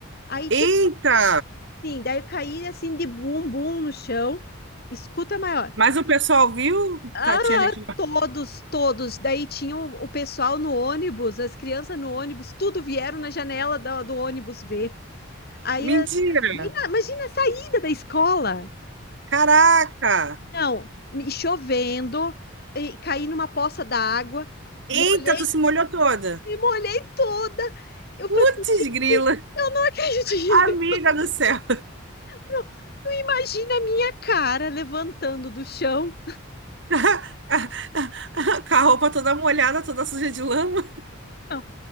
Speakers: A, on the left; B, on the right.
A: Aí tinha
B: Eita!
A: assim, daí eu caí assim de bumbum no chão. Escuta maior.
B: Mas o pessoal viu?
A: Ah,
B: Tá, tinha gente.
A: todos, todos. Daí tinha o, o pessoal no ônibus, as crianças no ônibus, tudo vieram na janela do, do ônibus ver. Aí,
B: Mentira!
A: as- bem na- imagina a saída da escola.
B: Caraca!
A: Não, me chovendo, e caí numa poça d'água, molhei,
B: Eita, tu se molhou toda!
A: me molhei toda. Eu
B: Putz,
A: falei, gente,
B: grila!
A: eu não acredito.
B: Amiga do céu!
A: Não, tu imagina a minha cara levantando do chão.
B: <laughs> Com a roupa toda molhada, toda suja de lama.
A: Não,